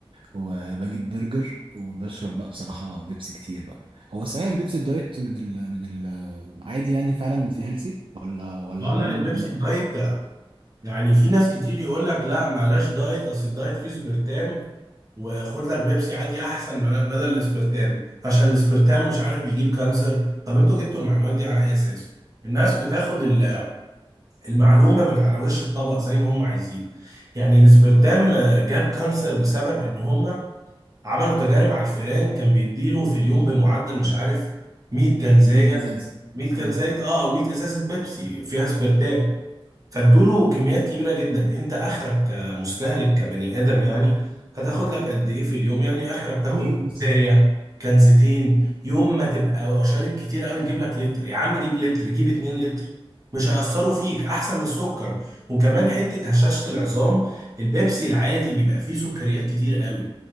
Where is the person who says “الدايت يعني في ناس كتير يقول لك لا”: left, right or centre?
Right